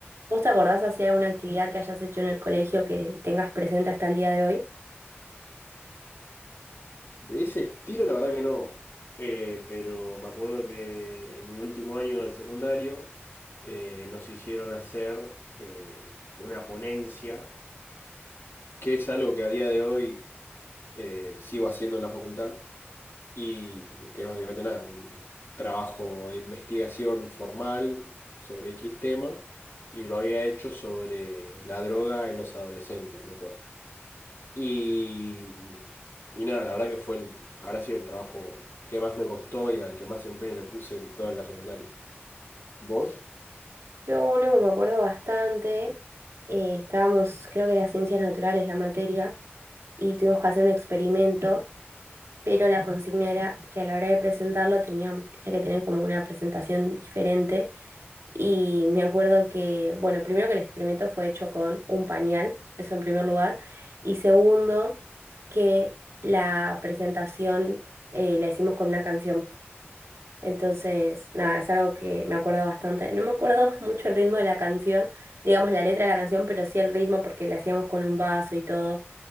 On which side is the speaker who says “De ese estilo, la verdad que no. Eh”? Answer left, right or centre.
Left